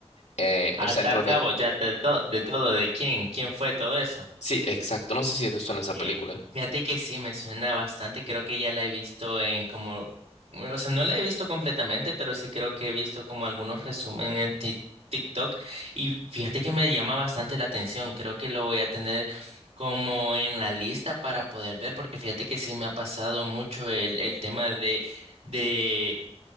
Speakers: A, on the left; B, on the right.
A: eh,
B: Atar
A: o sea, el profesor.
B: cabo, ya de, to- de todo, de quién, quién fue todo eso.
A: Sí, exacto. No sé si te suena
B: Ok,
A: esa película.
B: fíjate que sí, me suena bastante, creo que ya la he visto en como, eh, o sea, no la he visto completamente, pero sí creo que he visto como algunos resúmenes en Tik- TikTok y fíjate que me llama bastante la atención, creo que lo voy a tener como en la lista para poder ver, porque fíjate que sí me ha pasado mucho el, el tema de, de